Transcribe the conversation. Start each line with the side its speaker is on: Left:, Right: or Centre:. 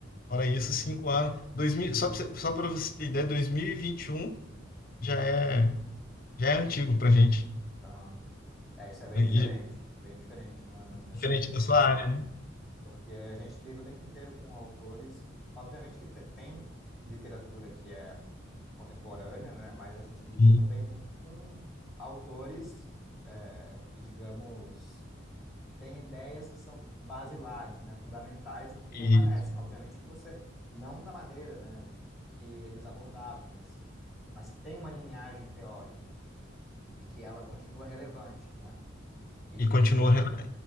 Left: Fora isso, cinco anos. 2000, só para só para você ter ideia, dois mil e e vinte e um já é, já é antigo para gente,
Centre: Aham. É, isso é bem
Left: né?
Centre: diferente,
Left: E
Centre: bem diferente na, nas
Left: diferente
Centre: ciências sociais,
Left: da sua área, né?
Centre: porque a gente lida o tempo inteiro com autores, obviamente que te- tem literatura que é contemporânea, né, mas a gente lida
Left: E,
Centre: também muito com autores é, que, digamos, têm ideias que são basilares, né, fundamentais e que permanecem.
Left: e,
Centre: Obviamente que você, não da maneira, né, que eles abordavam, mas, mas que tem uma linhagem teórica. e que ela continua relevante, né? E,
Left: e continua. rela-